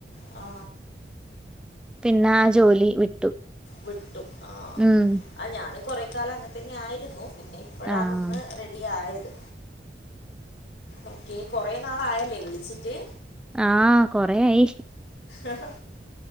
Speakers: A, on the left; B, in the centre.
A: ആ
B: പിന്നാ ജോലി വിട്ടു
A: വിട്ടു ആ
B: ഉം
A: ആ ഞാനും കൊറെ കാലം അങ്ങെൻത്തെന്നായിരുന്നു പിന്നെ ഇപ്പഴാന്നൊന്ന്
B: ആഹ്
A: റെഡി ആയത് ഓക്കെ കൊറേ നാളായല്ലേ വിളിച്ചിട്ട്
B: ആ കൊറേ ആയി
A: ആഹ്